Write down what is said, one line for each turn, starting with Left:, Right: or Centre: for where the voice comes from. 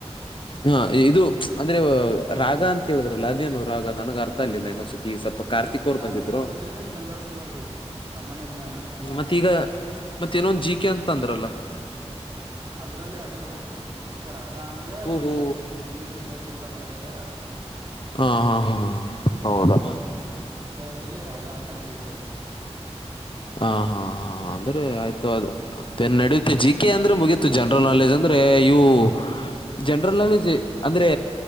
Left: ಹಾ ಇದು ಅಂದ್ರೆ- ರಾಗ ಅಂತ ಹೇಳಿದ್ರಲ್ಲ ಅದೇನು ರಾಗ ನನಗ್ ಅರ್ಥ ಅ ಇಗಿಲ್ಲ ಏನೋ ಸಿ. ಈಗ ಸ್ವಲ್ಪ ಕಾರ್ತಿಕ್
Right: ಅದೇ
Left: ಅವರು
Right: ರಾಗ
Left: ಬಂದಿದ್ರು
Right: ಅಂದ್ರೇನೆ ಜನರಲ್ ನಾಲೆಜ್ ಸಾಮಾನ್ಯ ಜ್ಞಾನ
Left: ಮತ್ತ ಈಗ ಮತ್ತ ನೊಂದ ಜಿ ಕೆ ಅಂತ ಅಂದ್ರಲ್ಲ
Right: ಅದ್ರಲ್ಲಿ ಅದೇ ಬರುತ್ತೆ ಅದಕ್ಕೆ ರಾಗ. ಹಾ ಅಂದ್ರೆ
Left: ಓಹೋ
Right: ಡಬ್ಲ್ಯೂ ಟಿ ಟೆಸ್ಟ್ ಅಂತ ಬರುತ್ತೆ ತೆ
Left: ಹಾ ಹಾ ಹಾ ಹೌದಾ
Right: ದಲ್ಲಿ ರಾಗ ಅಂತ ಕರಿತೇವೆ ಅದಕ್ಕೆ
Left: ಹ ಹಾ ಹಾ ಅಂದ್ರೆ ಆಯ್ತು ಅದೇನ್ ನಡೀ ಜಿ ಕೆ ಅಂದ್ರೆ ಮುಗೀತು ಜನರಲ್ ನಾಲೆಜ್ ಅಂದ್ರೆ ಇವು
Right: ಹಾ
Left: ಜನರಲ್ ನಾಲೆಜ್ ಅಂದ್ರೆ